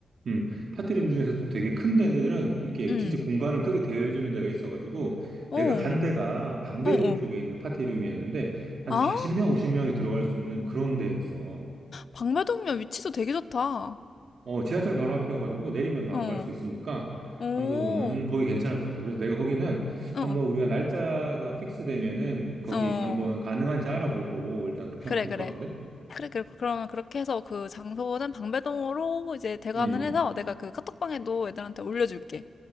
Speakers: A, on the right; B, on the left.
A: 음, 파티림 중에서도 되게 큰 데들은 이렇게
B: 응.
A: 진짜 공간을 크게 대여해주는 데가 있어가지고
B: 어,
A: 내가 간 데가 방배동
B: 어, 어.
A: 쪽에 있는 파티룸이었는데 한
B: 아,
A: 40명, 50명이 들어갈 수 있는 그런 데였어.
B: 박배동이면 위치도 되게 좋다.
A: 어, 지하철 바로 앞이어가지고 내리면 바로
B: 어,
A: 갈 수 있으니까
B: 오,
A: 장소도는 거기 괜찮을 것 같아. 그래서 내가 거기는
B: 어,
A: 한번 우리가 날짜가 픽스되면은 거기
B: 어.
A: 한번 가능한지 알아보고 일단 그렇게
B: 그래,
A: 하면 좋을
B: 그래.
A: 것 같거든?
B: 그래, 그래. 그러면 그렇게 해서 그 장소는 방배동으로 이제 대관을
A: 음,
B: 해서 내가 그 카톡방에도 애들한테 올려줄게.